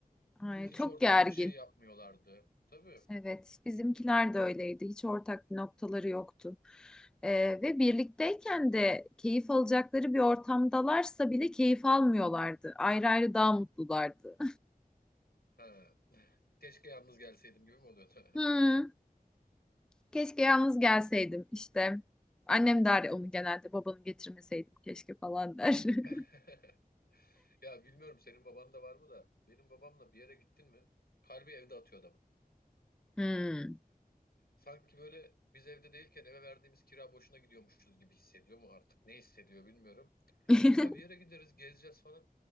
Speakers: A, in the centre; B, on the left.
A: Ay,
B: Hiç
A: çok
B: ortak
A: gergin.
B: bir şey yapmıyorlardı. Tabii.
A: Evet, bizimkiler de öyleydi. Hiç ortak bir noktaları yoktu. Ee, ve birlikteyken de keyif alacakları bir ortamdalarsa bile keyif almıyorlardı. Ayrı ayrı daha mutlulardı.
B: Ha. Keşke yalnız gelseydim gibi mi oluyordu?
A: Hmm, keşke yalnız gelseydim işte. Annem der onu genelde babanı getirmeseydim keşke falan der. <laughs>
B: <laughs> Ya bilmiyorum senin baban da var mı da benim babamla bir yere gittin mi? Kalbi evde atıyor adamın.
A: Hmm.
B: Sanki böyle biz evde değilken eve verdiğimiz kira boşuna gidiyormuşuz gibi hissediyor mu artık? Ne hissediyor bilmiyorum.
A: <laughs>
B: Ya bir yere gideriz gezeceğiz falan.